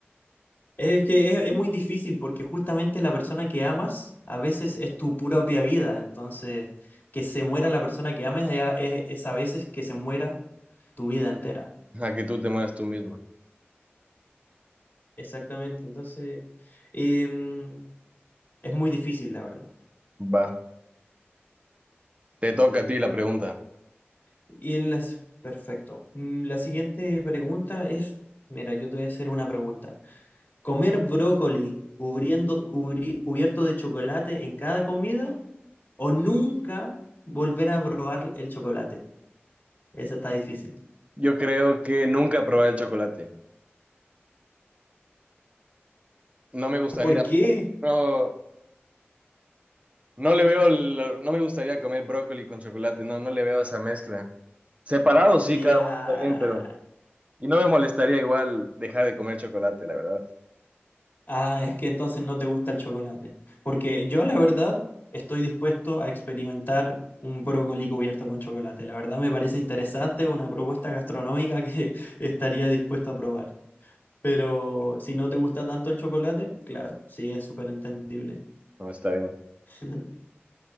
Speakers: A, on the left (about 45°); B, on the right (about 30°).
A: Es que es, es muy difícil porque justamente la persona que amas a veces es tu propia vida, entonces que se muera la persona que ames ya es, es a veces que se muera tu vida entera.
B: Ajá, que tú te mueras tú misma.
A: Exactamente, entonces em, es muy difícil la verdad.
B: Va. Te toca a ti la pregunta.
A: Y en las, perfecto. Mm, La siguiente pregunta es, mira, yo te voy a hacer una pregunta. ¿Comer brócoli cubriendo, cubri- cubierto de chocolate en cada comida o nunca volver a probar el chocolate? Esa está difícil.
B: Yo creo que nunca probar el chocolate. No me gustaría,
A: ¿Por qué?
B: no, no le veo, lo- no me gustaría comer brócoli con chocolate, no, no le veo esa mezcla. Separado sí,
A: Ya.
B: cada uno también, pero... Y no me molestaría igual dejar de comer chocolate, la verdad.
A: Ah, es que entonces no te gusta el chocolate. Porque yo, la verdad, estoy dispuesto a experimentar un brócoli cubierto con chocolate. La verdad me parece interesante una propuesta gastronómica que <laughs> estaría dispuesto a probar. Pero si no te gusta tanto el chocolate, claro, sí, es súper entendible.
B: No está bien.
A: <laughs>